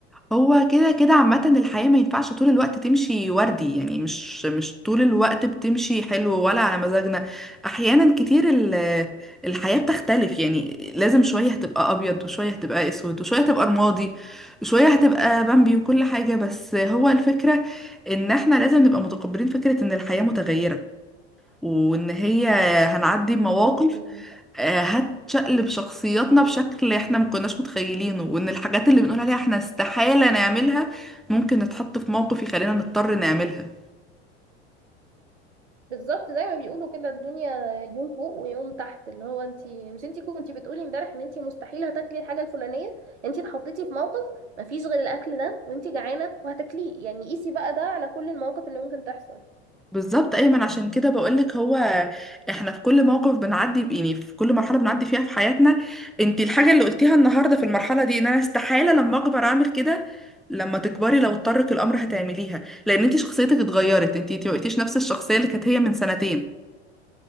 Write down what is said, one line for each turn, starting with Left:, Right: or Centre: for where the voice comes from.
Centre: هو كده كده عامة الحياة ما ينفعش طول الوقت تمشي وردي يعني مش مش طول الوقت بتمشي حلو ولا على مزاجنا أحيانا كتير ال- الحياة بتختلف يعني لازم شوية هتبقى أبيض وشوية هتبقى أسود وشوية هتبقى رمادي وشوية هتبقى بامبي وكل حاجة بس هو الفكرة إن احنا لازم نبقى متقبلين فكرة إن الحياة متغيرة وإن هي هنعدي بمواقف
Right: بالظبط يعني
Centre: آه، هتشقلب شخصياتنا بشكل احنا ما كناش متخيلينه وان الحاجات اللي بنقول عليها احنا استحالة نعملها ممكن نتحط في موقف يخلينا نضطر نعملها
Right: بالظبط زي ما بيقولوا كده الدنيا يوم فوق ويوم تحت اللي هو انت مش انت كنتي بتقولي امبارح ان انت مستحيل هتاكلي الحاجة الفلانية انت اتحطيتي في موقف مفيش غير الاكل ده وانت جعانة وهتاكليه يعني قيسي بقى ده على كل المواقف اللي ممكن تحصل
Centre: بالظبط ايمن عشان كده بقولك هو احنا في كل موقف بنعدي ب- يعني في كل مرحله بنعدي فيها في حياتنا انت الحاجه اللي قلتيها النهارده في المرحله دي ان انا استحاله لما اكبر اعمل كده لما تكبري لو اضطرك الامر هتعمليها لان انت شخصيتك اتغيرت انت انت ما بقيتيش نفس الشخصيه اللي كانت هي من سنتين